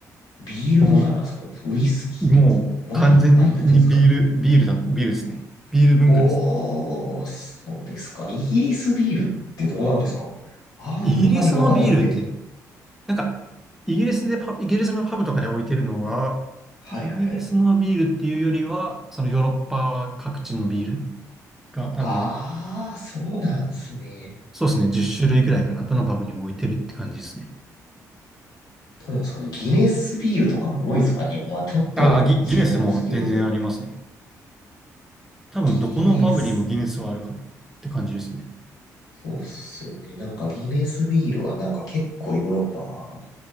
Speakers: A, on the left; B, in the centre.
A: ビール文化なんですかウイスキーなんですかワイン、
B: もう、もう完全にビール、
A: ワインになっちゃうんですか
B: ビールだ、ビールですね。ビール文化ですね。
A: おー、そうですか。イギリスビールってどうなんですかあんまりわかんなくて。
B: イギリスのビールって、なんか、イギリスでパ、イギリスのパブとかで置いてるのは、
A: はいはいはい。
B: イギリスのビールっていうよりは、そのヨーロッパ各地のビールが多分、
A: あー、そうなんですね。
B: そうですね、10種類ぐらいかな。どのパブにも置いてるって感じですね。
A: どうなんですかね。ギネスビールとかも多いんですかね。まあちょっと違うんですけれど。
B: ああ、ギ、ギネスも全然ありますね。多分、
A: ギネス。
B: どこのパブにもギネスはあるかなって感じですね。
A: そうっすよね。なんかギネスビールはなんか結構ヨーロッパ